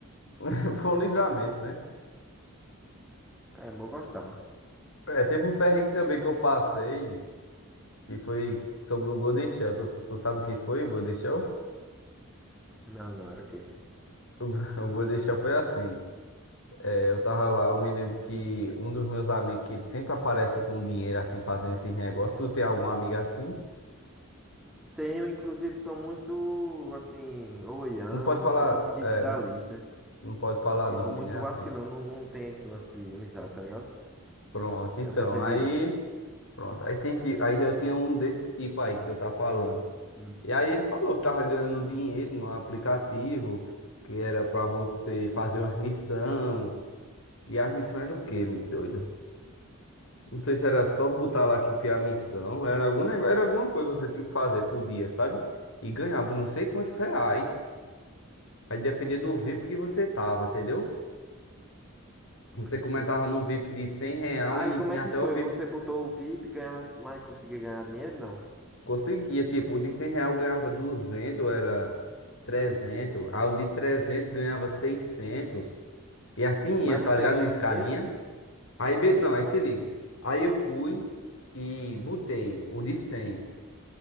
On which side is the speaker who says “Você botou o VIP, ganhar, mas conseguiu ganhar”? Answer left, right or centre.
Centre